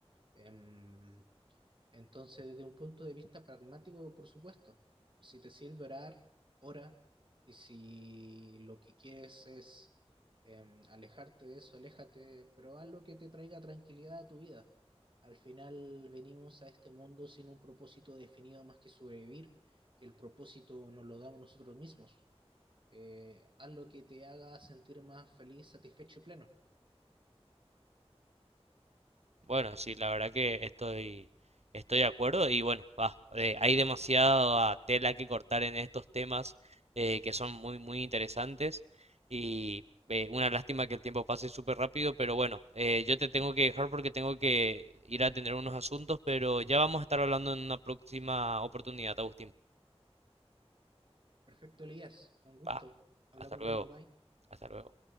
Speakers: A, on the right; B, on the right.
A: Em, Entonces, desde un punto de vista pragmático, por supuesto, si te sirve orar, ora. Y si lo que quieres es em, alejarte de eso, aléjate, pero haz lo que te traiga tranquilidad a tu vida. Al final venimos a este mundo sin un propósito definido más que sobrevivir, y el propósito nos lo damos nosotros mismos. Eh, haz lo que te haga sentir más feliz, satisfecho y pleno.
B: Bueno, sí, la verdad que estoy, estoy de acuerdo y bueno, va, eh, hay demasiada tela que cortar en estos temas eh, que son muy, muy interesantes y eh, una lástima que el tiempo pase súper rápido, pero bueno, eh, yo te tengo que dejar porque tengo que ir a atender unos asuntos, pero ya vamos a estar hablando en una próxima oportunidad, Agustín.
A: Perfecto, Elías. Un gusto.
B: Va,
A: Hablamos
B: hasta luego,
A: luego, bye.
B: hasta luego.